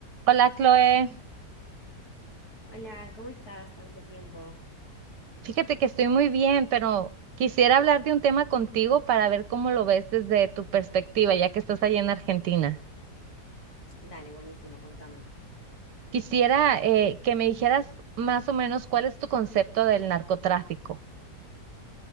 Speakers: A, on the right; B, on the left.
A: Hola, Chloe.
B: Hola, ¿cómo estás? Tanto tiempo.
A: Fíjate que estoy muy bien, pero quisiera hablar de un tema contigo para ver cómo lo ves desde tu perspectiva, ya que estás allí en Argentina.
B: Dale, buenísimo, contame.
A: Quisiera eh, que me dijeras más o menos cuál es tu concepto del narcotráfico.